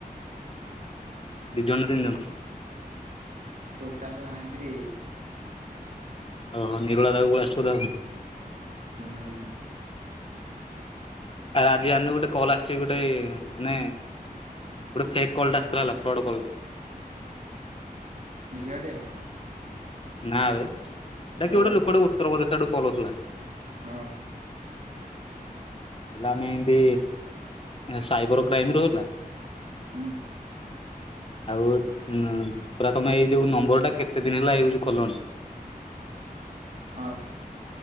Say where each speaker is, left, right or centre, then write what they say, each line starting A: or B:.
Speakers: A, on the left; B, on the right.
A: ଦିଇ ଜଣ ନା ତିନି ଜଣ।
B: ଟୋଟାଲ ନାହାନ୍ତି ରେ।
A: ଓହୋ ନିରଳା ଜାଗାକୁ ଅଶିଚୁ ଆଉ।
B: ହୁଁ।
A: ଆ ରାଜ <inaudible> ଗୋଟେ କଲ ଆସଛି ଗୋଟେଇ ମାନେ ଗୋଟେ ଫେକ୍ କଲ ଟା ଆସିଥିଲା ହେଲା ଫ୍ରଡ କଲ।
B: ଝିଅଟେ?
A: ନା ବେ ଏଟା
B: ଆଉ
A: ଗୋଟେ ଲୋକଟେ ଉତ୍ତରପ୍ରଦେଶ ଆଡୁକୁ କରୁଥିଲା।
B: ହଁ।
A: ହେଲା ଆମେ ଏମତି ସାଇବର କ୍ରାଇମ ରରେ ହେଲା।
B: ହୁଁ।
A: ଆଉ ପୁରା ତମେ ଏଇ ଯୋଉ ନମ୍ବର ଟା କେତେ ଦିନ ହେଲା ଯୁଜୁ କଲନ୍
B: ହଁ।